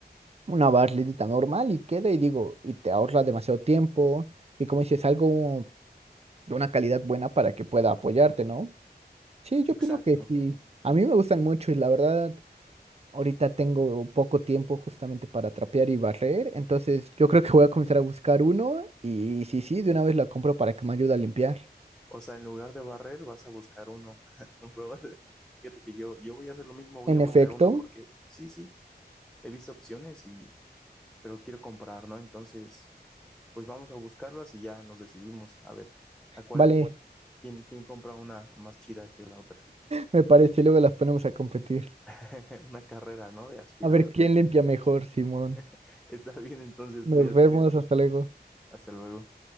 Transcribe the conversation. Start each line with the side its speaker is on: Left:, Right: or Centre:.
Right: Una barridita normal y queda y digo, y te ahorra demasiado tiempo. Y como dices, algo de una calidad buena para que pueda apoyarte, ¿no? Sí, yo
Centre: Exacto.
Right: opino que sí. A mí me gustan mucho y la verdad, ahorita tengo poco tiempo justamente para trapear y barrer. Entonces yo creo que voy a comenzar a buscar uno y sí, sí, de una vez la compro para que me ayude a limpiar.
Centre: O sea, en lugar de barrer, vas a buscar uno, <laughs> un robot. Fíjate que yo, yo voy a hacer lo mismo, voy
Right: En
Centre: a buscar
Right: efecto,
Centre: uno, porque sí, sí, he visto opciones y, pero quiero comprar, ¿no? Entonces, pues vamos a buscarlas y ya nos decidimos a ver a cuál,
Right: vale,
Centre: quién, quién compra una más chida que la otra.
Right: me parece, luego las ponemos a competir.
Centre: <laughs> Una carrera, ¿no? De aspiradoras.
Right: A ver quién limpia mejor, Simón.
Centre: <laughs> Está bien, entonces,
Right: Nos
Centre: cuídate.
Right: vemos, hasta luego.
Centre: Hasta luego.